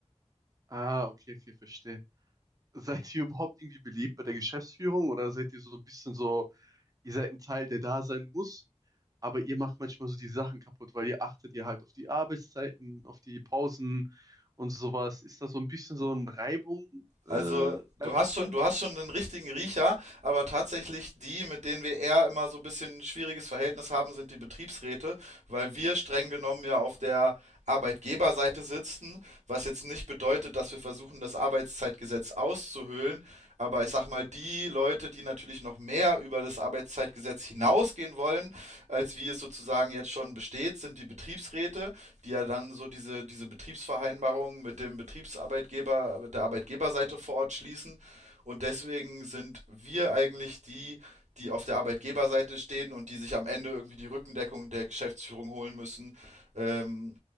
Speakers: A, on the right; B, on the right.
A: Ah, okay, okay, verstehe. Seid ihr überhaupt irgendwie beliebt bei der Geschäftsführung oder seid ihr so ein bisschen so ihr seid ein Teil, der da sein muss, aber ihr macht manchmal so die Sachen kaputt, weil ihr achtet ja halt auf die Arbeitszeiten, auf die Pausen und sowas. Ist das so ein bisschen so ein Reibung, äh,
B: Also
A: Reibungspunkt?
B: du hast schon, du hast schon einen richtigen Riecher, aber tatsächlich die, mit denen wir eher immer so ein bisschen ein schwieriges Verhältnis haben, sind die Betriebsräte, weil wir streng genommen ja auf der Arbeitgeberseite sitzen, was jetzt nicht bedeutet, dass wir versuchen, das Arbeitszeitgesetz auszuhöhlen, aber ich sag mal, die Leute, die natürlich noch mehr über das Arbeitszeitgesetz hinausgehen vorgehen wollen, als wie es sozusagen jetzt schon besteht, sind die Betriebsräte, die ja dann so diese, diese Betriebsvereinbarungen mit dem Betriebsarbeitgeber, mit der Arbeitgeberseite vor Ort schließen. Und deswegen sind wir eigentlich die, die auf der Arbeitgeberseite stehen und die sich am Ende irgendwie die Rückendeckung der Geschäftsführung holen müssen, ähm,